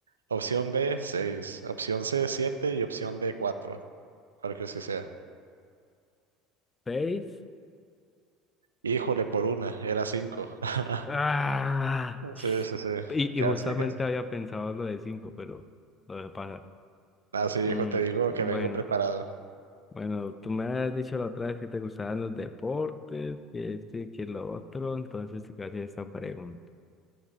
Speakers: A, on the right (about 85°); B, on the left (about 25°).
A: opción B seis. opción C 7 y opción D 4, cualquier que sea.
B: Seis.
A: Híjole, por una, era cinco. <laughs>
B: Ah.
A: Sí, sí, sí,
B: Y,
A: casi,
B: y justamente
A: casi.
B: había pensado en lo de cinco, pero lo dejé pasar.
A: Ah, sí, hijo,
B: Mm,
A: te digo
B: bueno,
A: que vengo preparado.
B: bueno, tú me has dicho la otra vez que te gustaban los deportes, que esto y que lo otro, entonces te quiero hacer esta pregunta.